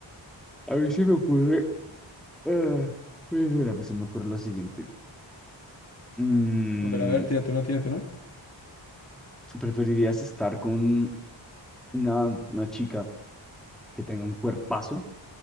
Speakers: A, in the centre; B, on the left (about 30°).
A: a ver si me ocurre, ah, pues bueno, pues se me ocurre lo siguiente. Mm,
B: A ver, a ver, tírate una, tírate una.
A: ¿Preferirías estar con una, una chica que tenga un cuerpazo,